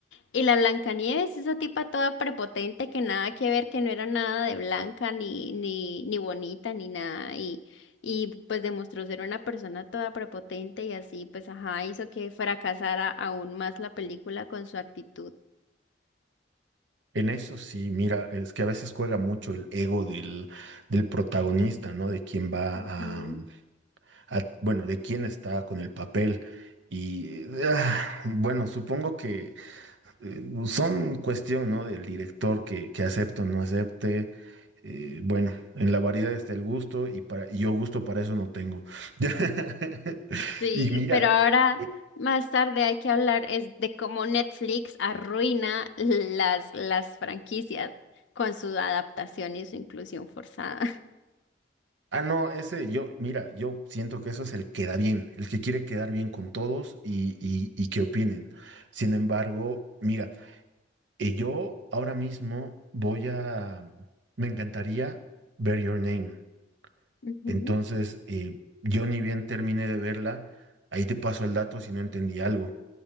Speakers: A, on the left (about 80°); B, on the right (about 75°).
A: Y la Blancanieves, esa tipa toda prepotente que nada que ver, que no era nada de blanca ni ni ni bonita ni nada y y pues demostró ser una persona toda prepotente y así pues ajá, hizo que fracasara aún más la película con su actitud.
B: En eso sí, mira, es que a veces juega mucho el ego del, del protagonista, ¿no? De quien va
A: Ujú.
B: a, a- bueno, de quién está con el papel. Y ah, bueno, supongo que eh, son cuestión, ¿no? Del director que, que acepte o no acepte. Eh, bueno, en la variedad está el gusto y, para, y yo gusto para eso no tengo. <laughs>
A: Sí,
B: Y mira,
A: pero ahora
B: eh,
A: más tarde hay que hablar es de cómo Netflix arruina las, las franquicias con su adaptación y su inclusión forzada.
B: ah, no, ese yo, mira, yo siento que eso es el que da bien, el que quiere quedar bien con todos y, y y que opinen. Sin embargo, mira. Y yo ahora mismo voy a, me encantaría ver Your Name.
A: <laughs> Ujú.
B: Entonces, eh, yo ni bien terminé de verla, ahí te paso el dato si no entendí algo